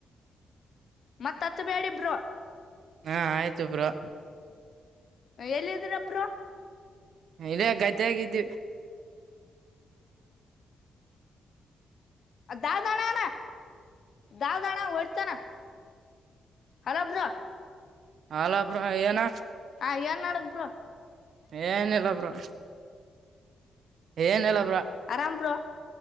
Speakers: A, on the left; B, on the right.
A: ಮತ್ತ ಹತ್ತು ಬೇಳಿ. ಬ್ರೋ.
B: ಹಾ ಆಯ್ತುಬ್್ರ.
A: ಎಲ್ಲಿದ್ರಬ್ಬರು.
B: ಇಲ್ಲ ಗದ್ದೆ ಆಾಗಿದ್ವಿ.
A: ದಾ ದಣಾನ ದಾ ದಣ ಹೊಡ್ತಾನ. ಹಲಬ್ರಾ.
B: ಹಲ ಬ್ರೋ ಏನ.
A: ಹ ಏನ್ ನಾಡ ಬ್ರ.
B: ಏನಲ್ಲ ಬ್ರೋ ಏನಲಬ್ರ.
A: ಆರಾಮ್ ಬ್ರೋ